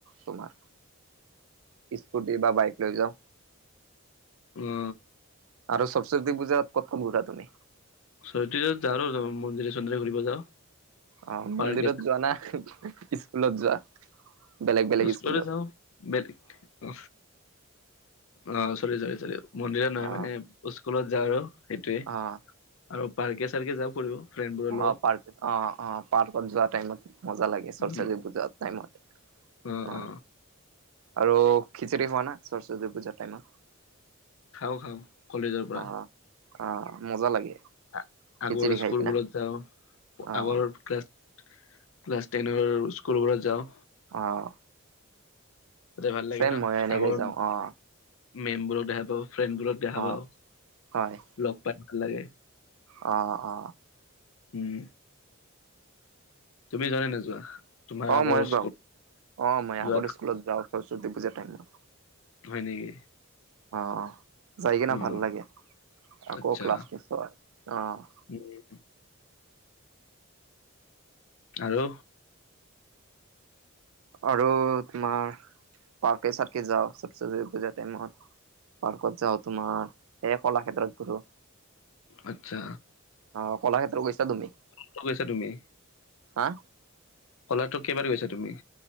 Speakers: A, on the right (about 70°); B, on the left (about 65°).
A: তোমাৰ স্কুটি বা বাইক লৈ যাওঁ।
B: অ
A: আৰু সৰস্বতী পূজাত ক'ত ক'ত ঘূৰা তুমি?
B: সৰস্বতী পূজাত যাওঁ মন্দিৰে চন্দিৰে ঘূৰিব যাওঁ
A: অ
B: পাৰ্কে
A: মন্দিৰত যোৱা না স্কুলত যোৱা? বেলেগ বেলেগ
B: স্কুলতে
A: স্কুলত
B: যাওঁ বেলেগে অ অ', চৰি চৰি চৰি, মন্দিৰত নহয়
A: অ',
B: মানে স্কুলত যা আৰু। সেইটোয়ে,
A: অ',
B: আৰু পাৰ্কে চাৰ্কে যাওঁ ফুৰিব। ফ্ৰেণ্ডবোৰৰ
A: অ',
B: লগত
A: পাৰ্ক অ' অ' পাৰ্কত যোৱা টাইমত, মজা লাগে। <unintelligible>
B: উম
A: বুজা টাইমত,
B: অ
A: হয়।
B: অ
A: আৰু খিচিৰি খোৱা না সৰস্বতী পূজাৰ টাইমত?
B: খাওঁ খাওঁ। কলেজৰ পৰা
A: অ', অ' মজা লাগে।
B: আ
A: খিচিৰি
B: আগৰ
A: খাই
B: স্কুল
A: কিনা
B: বোৰত যাওঁ,
A: অ',
B: আগৰ ক্লাছত ক্লাছ টেনৰ স্কুলবোৰত যাওঁ।
A: অ'।
B: তাতে ভাল লাগে
A: চেম
B: ন
A: মই এনেকে
B: আগৰ,
A: যাওঁ অ',
B: মেমবোৰক দেখা পাওঁ, ফ্ৰেণ্ড বোৰক দেখা
A: অ',
B: পাওঁ,
A: হয়
B: লগ পাই ভাল লাগে।
A: অ অ
B: উম। তুমি যোৱা নে নোযোৱা? তোমাৰ
A: অ',
B: আগৰ
A: মই যাওঁ,
B: স্কুল
A: অ' মই
B: যোৱা
A: আগতে স্কুলত যাওঁ সৰস্বতী পূজা টাইমত।
B: হয় নেকি?
A: অ', অ', যাই কিনে
B: অ
A: ভাল লাগে, আকৌ
B: আচ্ছা
A: ক্লাছ <unintelligible> অ'।
B: উম, আৰু?
A: আৰু তোমাৰ পাৰ্কে চাৰ্কে যাওঁ সৰস্বতী পূজা টাইমত। পাৰ্কত যাওঁ, তোমাৰ এ কলাক্ষেত্ৰত গ'লো।
B: আচ্ছা
A: অ', কলাক্ষেত্ৰ গৈছা তুমি,
B: কলেজত গৈছা তুমি
A: হা?
B: কলাক্ষেত্ৰত কেইবাৰ গৈছা তুমি?